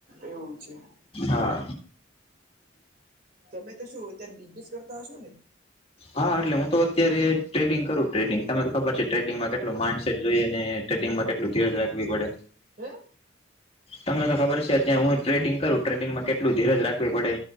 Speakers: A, on the right (about 50°); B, on the left (about 30°).
A: એવું છે.
B: હા
A: તમે તો શું અત્યારે બિઝનેસ કરતા હશો ને?
B: હા એટલે હું તો અત્યારે ટ્રેડિંગ કરું ટ્રેડિંગ તમે ખબર છે, ટ્રેડિંગમાં
A: કલર
B: કેટલું
A: ટ્રેડિંગ
B: માઇન્ડસેટ જોઈએ ને ટ્રેડંગમાં કેટલું ધીરજ રાખવી પડે
A: હે
B: તમને તો ખબર છે ત્યા હું ટ્રેડિંગ કરું ટ્રેડિંગમાં કેટલું ધીરજ રાખવી પડે